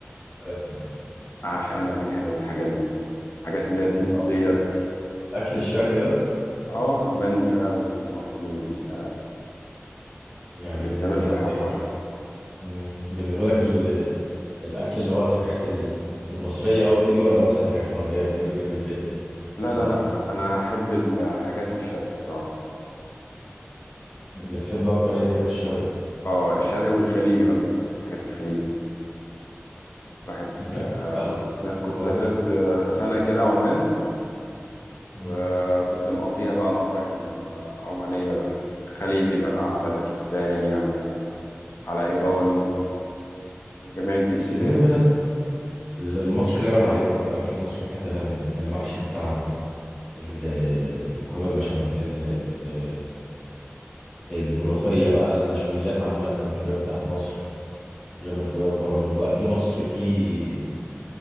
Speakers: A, in the centre; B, on the left.
A: عارفها
B: اعشق انا الريحه دي والحاجات دي الحاجات اللي هي تدوب
A: انت اصلا
B: ديت
A: الاكل الشرقي ده
B: اه المندي بقى والمصبي وال...
A: يعني
B: واللي
A: بالنسبه
B: بيتعمل في
A: لك
B: حفر
A: ايه مم. بالنسبه لك ال... الاكل اللي هو الحاجات ال- المصريه قوي دي ولا مثلا الحاجات الغربيه البرجر البيتزا
B: لا
A: الكلام
B: لا لا
A: ده
B: انا احب الحاجات الشرقي بصراحه يعني.
A: بتحب اكتر اي حاجه في الشرق
B: اه الشرقي والخليجي بقى الحاجات الخليجي واحد
A: الكبسة
B: آه
A: بقى
B: كنت س- كنت
A: والممبار
B: سافرت
A: والكلام ده.
B: آه، سنه كده عمان
A: مم.
B: وكنت مقضيها بقى مطاعم آه، عمانيه بقى خليجي بقى على باكستاني على على ايراني من جميع الجنسيات
A: بس بيني وبينك ال- المصري لا يعلى عليه برضه الأكل المصري في حتة تانية المحشي بتاعنا ال- المكرونة البشاميل ال- الملوخية بقى المشويات عامة المشويات بتاعت مصر غير مشويات بره برضه أكل مصر فيه